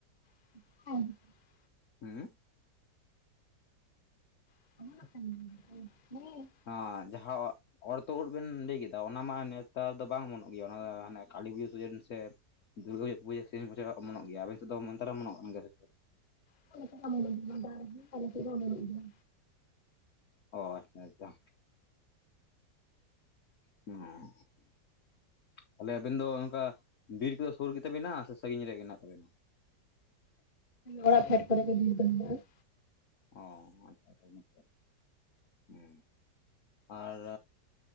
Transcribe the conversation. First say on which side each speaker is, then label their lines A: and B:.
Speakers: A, on the left; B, on the left.
A: <unintelligible>
B: ᱦᱩᱸ,
A: <unintelligible>
B: ᱟ ᱡᱟᱦᱟᱸ ᱚᱜ ᱚᱨ ᱛᱳᱫ ᱩᱫ ᱵᱮᱱ ᱞᱟᱹᱭ ᱠᱮᱫᱟ ᱚᱱᱟ ᱢᱟ ᱱᱮᱛᱟᱨ ᱫᱚ ᱵᱟᱝ ᱮᱢᱚᱱᱚᱜ ᱜᱮᱭᱟ ᱚᱱᱟ ᱦᱟᱱᱮ ᱠᱟᱹᱞᱤ ᱵᱩᱡᱟᱹ ᱥᱮᱡᱮᱱ ᱥᱮ ᱫᱩᱨᱜᱟᱹ ᱯᱩᱡᱟᱹ ᱥᱮ <unintelligible> ᱚᱢᱚᱱᱚᱜ ᱜᱮᱭᱟ, ᱟᱵᱮᱱ ᱥᱮᱫ ᱫᱚ ᱱᱮᱛᱟᱨ ᱚᱱᱚᱜ ᱜᱮᱭᱟ ᱥᱮᱪᱮᱫ?
A: <inaudible> ᱟᱞᱮ ᱥᱮᱫ ᱫᱚ‌ ᱵᱟᱱᱩᱜ ᱜᱮᱭᱟ᱾
B: ᱚ ᱟᱪᱪᱷᱟ ᱟᱪᱪᱷᱟ ᱦᱚᱸ᱾ ᱛᱟᱦᱞᱮ ᱟᱵᱮᱱ ᱫᱚ ᱚᱱᱠᱟ ᱵᱤᱨ ᱠᱚᱫᱚ ᱥᱩᱨ ᱜᱮᱛᱟᱵᱮᱱᱟᱜ ᱥᱮ ᱥᱟᱺᱜᱤᱧ ᱨᱮᱜᱮ ᱦᱮᱱᱟᱜ ᱛᱟᱵᱮᱱᱟ?
A: ᱚᱲᱟᱜ ᱯᱷᱮᱰ ᱠᱚᱨᱮᱜ ᱜᱮ ᱵᱤᱨ ᱫᱚ ᱢᱮᱱᱟᱜᱼᱟ᱾
B: ᱚ ᱟᱪᱪᱷᱟ ᱟᱰᱤ ᱱᱟᱯᱟᱭ ᱦᱩᱸ, ᱟᱨ